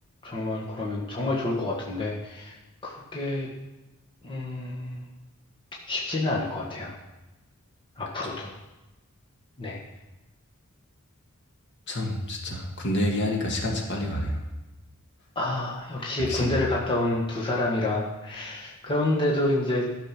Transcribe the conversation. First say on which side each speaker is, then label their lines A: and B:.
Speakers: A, on the left; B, on the left.
A: 정말 그러면 정말 좋을 것 같은데, 그게, 음, 쉽지는 않을 것 같아요. 앞으로도.
B: 그쵸.
A: 네.
B: 참, 진짜 군대 얘기하니까 시간 진짜 빨리 가네요.
A: 아, 역시
B: 역시,
A: 군대를 갔다 온 두 사람이라. 그런데도 이제